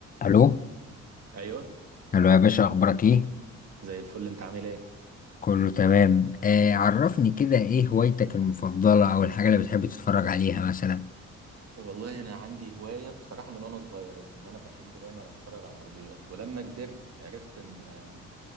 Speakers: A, on the left (about 30°); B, on the right (about 55°).
A: الو
B: ايوه
A: الو يا باشا اخبارك ايه
B: زي الفل انت عامل ايه
A: كله تمام آه عرفني كده ايه هوايتك المفضله او الحاجه اللي بتحب تتفرج عليها مثلا
B: والله انا عندي هوايه بصراحه من وانا صغير يعني ان انا بحب دايما اتفرج على العربيات ولما كبرت عرفت ان آه،